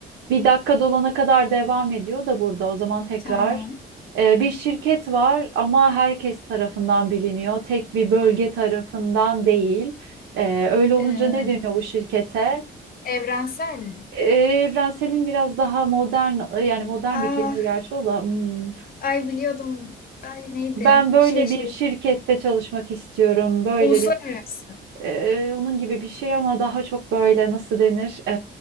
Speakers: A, on the right (about 85°); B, on the left (about 50°).
A: bir dakika dolana kadar devam ediyor da burada o zaman tekrar.
B: Tamam.
A: Ee, bir şirket var ama herkes tarafından biliniyor, tek bir bölge tarafından değil. Ee, öyle olunca
B: Ee,
A: ne dönüyor bu şirkete?
B: <clears throat> evrensel.
A: Ee, evrenselin biraz daha modern yani modern
B: Aa,
A: bir kelime gerçi o da hmm.
B: Ay biliyordum. Ay neydi?
A: Ben böyle
B: Şey şey.
A: bir şirkette çalışmak istiyorum. Böyle
B: Uluslararası.
A: bir e, onun gibi bir şey ama daha çok böyle nasıl denir? E,